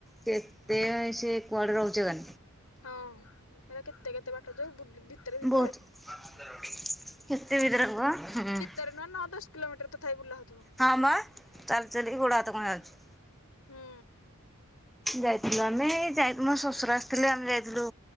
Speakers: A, in the centre; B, on the left.
A: କେତେବେଳେ ସିଏ କୁଆଡ଼େ ରହୁଛି।
B: ହଁ ହେରା କେତେ କେତେ ବାଟ ଯୋଉ ବୁଲି ଭିତରେ ଭିତରେ
A: <inaudible>
B: ନ ନଅ ଦଶ କିଲମିଟର ତଥାପି ବୁଲାହଉଥିବ।
A: ହଁ ମ ଚାଲି ଚାଲିକି ଗୋଡ ହାତ କଣ ହେଇଯାଉଛି।
B: ହୁଁ
A: ଯାଇଥିଲୁ ଆମେ, ଯାଇ ମୋ ଶ୍ୱଶୁର ଆସିଥିଲେ ଆମେ ଯାଇଥିଲୁ